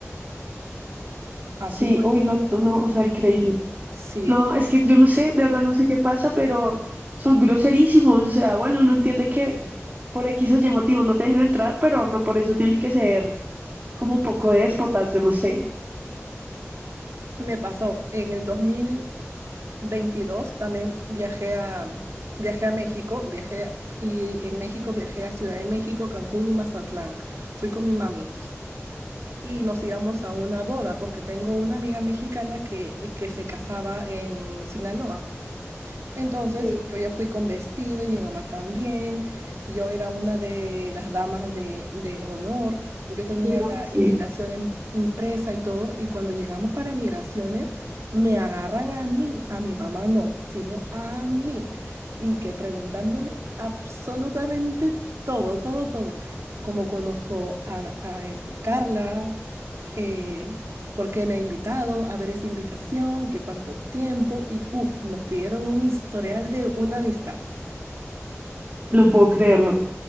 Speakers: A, on the right; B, on the right.
A: Así
B: Sí,
A: fue.
B: sí, uy, no, no, no, o sea, increíble.
A: Sí,
B: No,
A: fue-
B: es que yo no sé, de verdad no sé qué pasa, pero son groserísimos. O sea, bueno, uno entiende que
A: sí.
B: por X o Y motivo no te dejen entrar, pero no por eso tienen que ser como un poco déspotas, yo no sé.
A: Me pasó. En el dos mil veintidós también viajé a, viajé a México, viajé y en México viajé a Ciudad de México, Cancún y Mazatlán. Fui con mi mami. y nos íbamos a una boda, porque tengo una amiga mexicana que, eh, que se casaba en Sinaloa. Entonces
B: Sí,
A: yo ya fui con vestido y mi mamá también. Yo era una de las damas de, de honor. Yo tenía
B: yo no
A: la
B: sé,
A: invitación em- impresa y todo. Y cuando llegamos para migraciones, me agarran a mí, a mi mamá no, sino a mí. Y que preguntándome absolutamente todo, todo, todo. Como conozco a, a este Carla, eh, por qué me ha invitado, a ver esa invitación, que cuánto tiempo, y uff, nos pidieron un historial de una amistad.
B: no puedo creerlo.